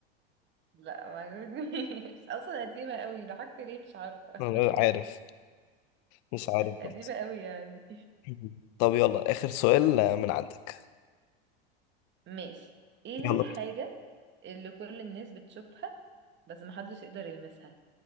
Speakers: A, on the right; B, on the left.
A: لا ما عجبتنيش اصلا قديمة قوي ضحكت ليه مش عارفة
B: انا عارف مش عارف
A: قديمة
B: برضه
A: قوي يعني
B: <laughs> طب يلا آخر سؤال آه، من عندك
A: ماشي ايه
B: يلا
A: الحاجة
B: بينا.
A: اللي كل الناس بتشوفها بس محدش يقدر يلمسها